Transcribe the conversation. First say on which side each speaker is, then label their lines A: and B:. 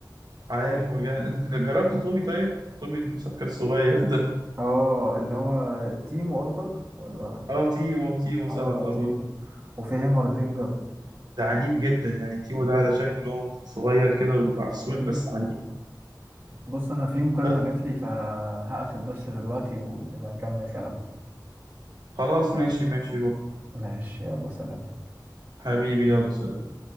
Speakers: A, on the right; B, on the right.
A: عارف مرجان انت جربت تومي طيب تومي المسكر الصغير <laughs> ده
B: اه اللي هو تيمو قصدك ولا
A: اه تيمو تيمو
B: اه
A: سهل طبعا
B: تيمو وفي هيمردينجر
A: ده عنيف جدا يعني تيمو ده على شكل إن هو صغير كده وعسول
B: مم.
A: بس عنيف
B: بص انا في مكالمة
A: بس
B: جات لي فهقفل بس دلوقتي ونبقى نكمل كلامنا
A: خلاص ماشي ماشي روح
B: ماشي يلا سلام
A: حبيبي يلا سلام